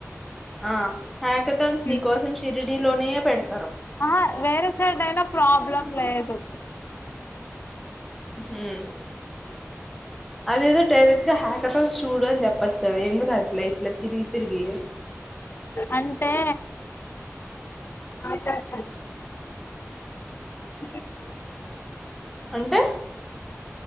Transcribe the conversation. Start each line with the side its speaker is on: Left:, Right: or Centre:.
Centre: ఆ హ్యాకతోల్స్
Left: హ్మ్
Centre: నీ కోసం షి షిరిడీలోనే పెడ్తారు
Left: ఆహా వేరే సైడ్ అయిన ప్రాబ్లం లేదు
Centre: హమ్ అదేదో డైరెక్ట్ గా హ్యాకతోన్స్ చూడు అని చెప్పచ్చు కదా ఎందుకట్ల ఇట్ల తిరిగి తిరిగి
Left: అంటే చేయచని అకాే
Centre: అంటె